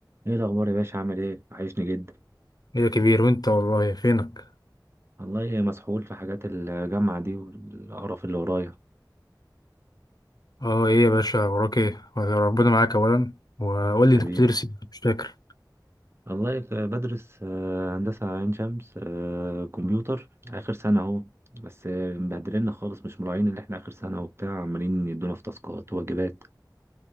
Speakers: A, on the right; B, on the left.
A: ايه الاخبار يا باشا عامل ايه وحشني جدا
B: ايه يا كبير وانت والله فينك
A: والله مسحول في حاجات الجامعه دي والقرف اللي ورايا
B: اه ايه يا باشا وراك ايه ربنا معاك اولا وقول لي
A: حبيبي
B: انت كنت بتدرس ايه مش فاكر
A: والله ك- بدرس آه، هندسه عين شمس آه، كمبيوتر اخر سنه اهو بس آه، مبهدلنا خالص مش مراعين اللي احنا اخر سنه وبتاع عمالين يدونا في تاسكات وواجبات